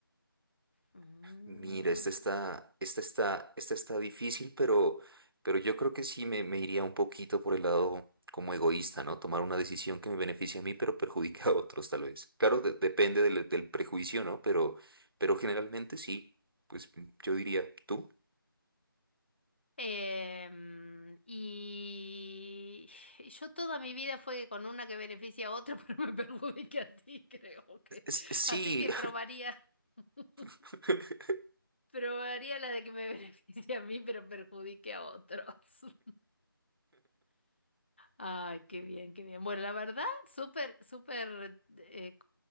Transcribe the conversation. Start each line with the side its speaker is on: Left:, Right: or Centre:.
Left: Mm.
Right: Mira, esta está, esta está, esta está difícil, pero, pero yo creo que sí me, me iría un poquito por el lado como egoísta, ¿no? Tomar una decisión que me beneficie a mí, pero perjudica a otros, tal vez. Claro, de- depende del, del prejuicio, ¿no? Pero, pero generalmente sí. Pues yo diría, ¿tú?
Left: Em, y yo toda mi vida fue con una que beneficia a otra, <laughs> pero me perjudica a ti, creo que.
Right: Es- es- sí.
Left: Así que probaría, <laughs>
Right: <laughs>
Left: probaría la de que me <laughs> beneficie a mí, pero perjudique a otros. <laughs> Ay, qué bien, qué bien. Bueno, la verdad, súper, súper eh,